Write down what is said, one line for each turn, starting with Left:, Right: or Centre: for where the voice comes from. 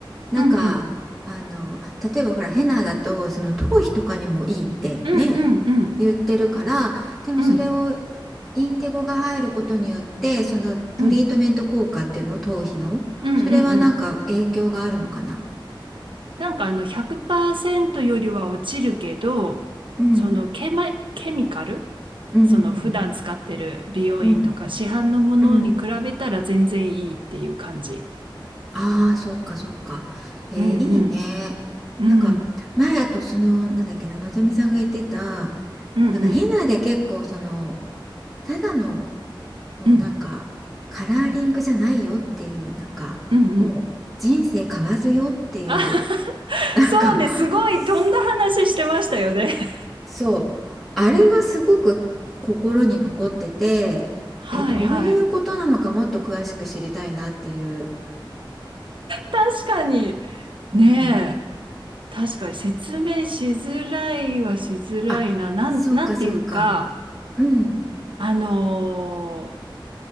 Centre: なんか、
Right: うんうん。
Centre: あの、例えばほら、ヘナだと、その頭皮とかにもいいってね、
Right: うんうんうん
Centre: 言ってるから、でもそれを
Right: うん
Centre: インディゴが入ることによって、そのトリートメント効果っていうの、
Right: うん
Centre: 頭皮の、
Right: うんうんうん
Centre: それはなんか影響があるのかな。
Right: なんかあの100%よりは落ちるけど、
Centre: うん、
Right: そのケマ、ケミカルその普段使ってる美容院とか市販のものに比べたら全然いいっていう感じ。
Centre: うんうんうんうんうんああーそっかそっかえー、
Right: うんうん。
Centre: いいねなんか前あとそのなんだっけなのぞみさんが言ってた
Right: うん。うんうん。
Centre: なんかヘナで結構そのただのもうなんかカラーリングじゃないよっていうなんかもう人生変わるよっていう
Right: うん。うんうん。あ <laughs>
Centre: <laughs> なんか
Right: そうね。すごい飛んだ話してましたよね。
Centre: す
Right: <laughs>
Centre: そうあれがすごく心に残っててえどういうことなのかもっと詳しく知りたいなっていう
Right: はいはい。確かに。
Centre: うん
Right: ねえ。確かに説明しづらいはしづらいな。
Centre: あそっかそっか
Right: なん、なんていうか、
Centre: うん
Right: あのー